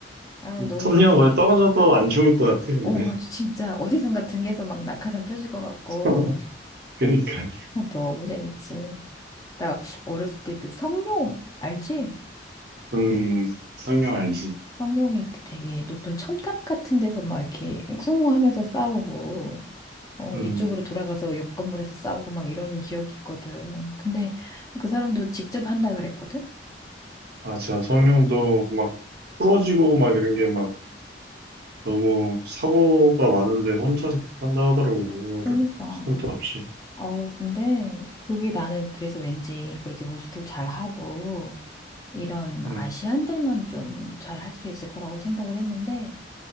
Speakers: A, on the left (about 20°); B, on the right (about 60°).
A: 아, 너무
B: 톱니가
A: 재밌었어.
B: 거의 떨어져도 안 죽을 것 같아, 근데.
A: 오, 아주 진짜 어디선가 등에서 막 낙하산 펴질 것 같고.
B: <laughs> 그러니까,
A: 아, 너무 재밌지. 나 어렸을 때 그 성룡 알지?
B: 음, 성령 알지.
A: 성룡이 그 되게 높은 첨탑 같은 데서 막 이렇게 쿵후하면서 싸우고 어,
B: 음,
A: 이쪽으로 돌아가서 옆 건물에서 싸우고 막 이런 기억이 있거든. 근데 그 사람도 직접 한다 그랬거든.
B: 맞아. 성룡도 막 부러지고 막 이런 게 막 너무 사고가 많은데 혼자서 한다 하더라고. 이거를
A: 그러니까
B: 스턴트 없이.
A: 아우 근데 그게 나는 그래서 왠지 그렇게 무술을 잘 하고 이런
B: 응,
A: 아시안들만 좀 잘 할 수 있을 거라고 생각을 했는데